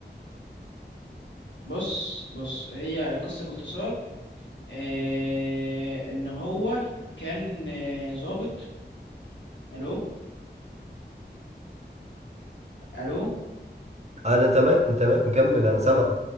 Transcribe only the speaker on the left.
بص بص هي القصه باختصار آه، ان هو كان آه، ظابط الو الو